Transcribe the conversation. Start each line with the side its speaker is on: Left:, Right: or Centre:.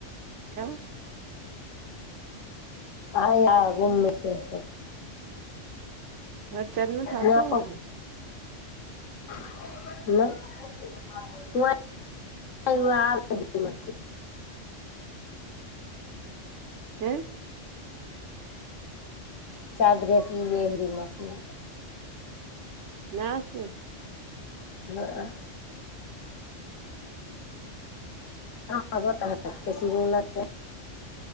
Right: <unintelligible>
Left: હા, ગુમ <unintelligible>
Right: વરસાદ ન થ આવતો
Left: ના
Right: ને?
Left: ન <unintelligible>
Right: હે?
Left: ચાર ડ્રેસી એળ મશીન
Right: ના શ
Left: હા તાો તેસીના